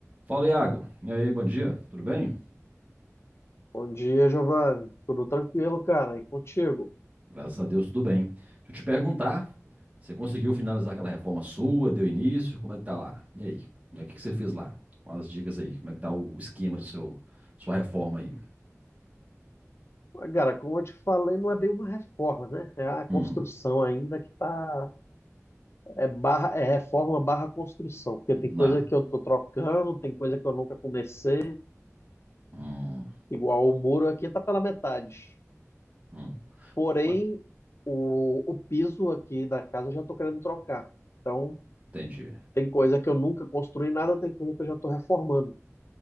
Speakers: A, on the right; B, on the left.
A: Fala, Iago. E aí, bom dia. Tudo bem?
B: Bom dia, Giovanni. Tudo tranquilo, cara? E contigo?
A: Graças a Deus, tudo bem. Deixa eu te perguntar, você conseguiu finalizar aquela reforma sua? Deu início? Como é que tá lá? E aí? Como é que que você fez lá? Com as dicas aí. Como é que tá o o esquema do seu sua reforma aí?
B: Ah, Cara, como eu te falei, não é bem uma reforma, né? É a construção
A: Hum,
B: ainda que tá. É, barra, é reforma barra construção. Porque tem
A: na.
B: coisa que eu tô trocando, tem coisa que eu nunca comecei.
A: Hum,
B: Igual o muro aqui tá pela metade.
A: hum.
B: Porém,
A: Ué,
B: o, o piso aqui da casa eu já tô querendo trocar. Então,
A: Entendi.
B: tem coisa que eu nunca construí nada, tem coisa que eu já tô reformando.